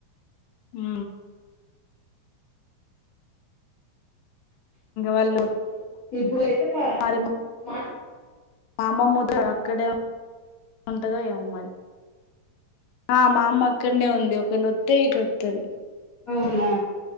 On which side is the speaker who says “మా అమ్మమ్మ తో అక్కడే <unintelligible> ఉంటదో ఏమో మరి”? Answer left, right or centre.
Left